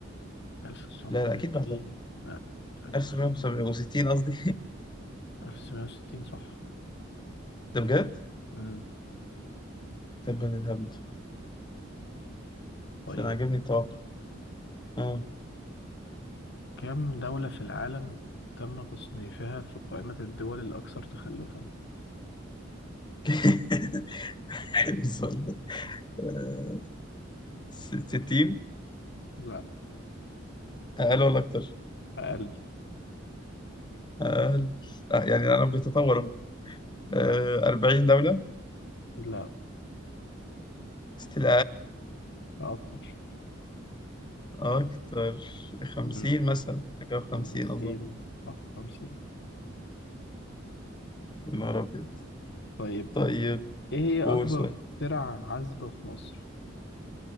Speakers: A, on the left (about 60°); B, on the left (about 25°).
A: 1900
B: لا لا أكيد بعدها
A: ليه؟ لا مش 1900
B: 1960 قصدي
A: 1960 صح
B: <laughs> ده بجد؟
A: مم.
B: طب أنا الهبد
A: طيب
B: ده أنا عجبني التوقع آه
A: كم دولة في العالم تم تصنيفها في قائمة الدول الأكثر تخلفا؟
B: <laughs> حلو السؤال ده آه، س- 60
A: لا
B: أقل ولا أكتر؟
A: أقل
B: أقل آه، يعني العالم بيتطور أهو آه، 40 دولة
A: لا
B: ستيل
A: أكتر
B: أكتر خمسين
A: مم.
B: مثلا حاجة وخمسين
A: 50
B: أظن
A: صح 50
B: يا نهار أبيض
A: طيب
B: طيب
A: إيه هي
B: قول
A: أكبر
B: سؤال
A: ترع عزبة في مصر؟